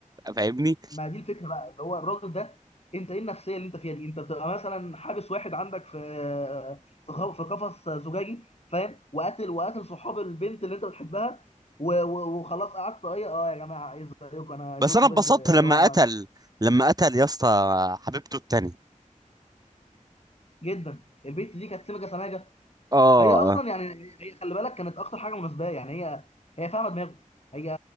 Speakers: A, on the right; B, on the left.
A: فاهمني
B: ما دي الفكره بقى اللي هو الراجل ده انت ايه النفسيه اللي انت فيها دي انت بتبقى مثلا حابس واحد عندك في في خ- في قفص زجاجي فاهم وقاتل وقاتل صحاب البنت اللي انت بتحبها و- و- وخلاص قعدت ايه اه يا جماعه ايه زيكم انا
A: بس
B: جو
A: انا
B: بيلد
A: اتبسطت
B: اللي
A: لما
B: هو ما-
A: قتل لما قتل يا اسطى حبيبته التانية
B: جدا البنت دي كانت سمجه سماجه
A: اه
B: هي اصلا يعني هي خلي بالك كانت اكتر حاجه مناسبه يعني هي هي فاهمه دماغه هي